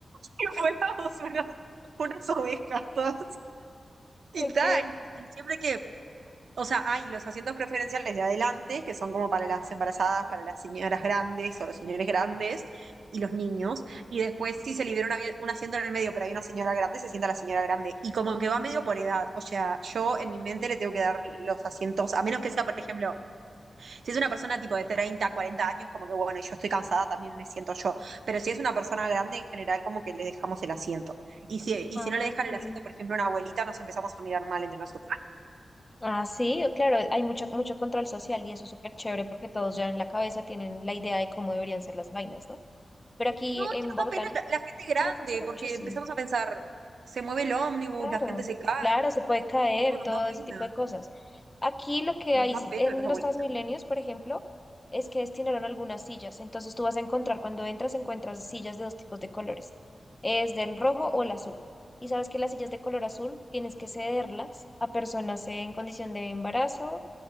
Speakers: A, on the right; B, on the left.
A: que fuéramos unos- unas ovejas todas. Y
B: Ok.
A: tal, y siempre que, o sea, hay los asientos preferenciales de adelante, que son como para las embarazadas, para las señoras grandes o los señores grandes y los niños. Y después si se libera un, avi- un asiento en el medio, pero hay una señora grande, se sienta la señora grande. Y como que va medio por edad. O sea, yo en mi mente le tengo que dar los asientos, a menos que sea, por ejemplo, si es una persona tipo de 30, 40 años, como que bueno, y yo estoy cansada, también me siento yo. Pero si es una persona grande, en general, como que le dejamos el asiento. Y si, y
B: Ah,
A: si no le dejan
B: ok.
A: el asiento, por ejemplo, a una abuelita, nos empezamos a mirar mal entre nosotros. Ah,
B: Ah, sí, claro, hay mucho, mucho control social y eso es súper chévere porque todos ya en la cabeza tienen la idea de cómo deberían ser las vainas, ¿no? Pero aquí
A: no,
B: en
A: es que nos
B: Bogotá
A: da pena la, la gente grande,
B: No funciona
A: porque
B: mucho así.
A: empezamos a pensar, se mueve el ómnibus,
B: Claro,
A: la gente se cae.
B: claro, se puede caer,
A: No, nos
B: todo
A: da
B: ese
A: pena,
B: tipo de cosas. Aquí lo que
A: nos
B: hay
A: da pena
B: en
A: los abuelitos.
B: los Transmilenios, por ejemplo, es que destinaron algunas sillas. Entonces tú vas a encontrar, cuando entras, encuentras sillas de dos tipos de colores. Es del rojo o el azul. Y sabes que las sillas de color azul tienes que cederlas a personas en condición de embarazo,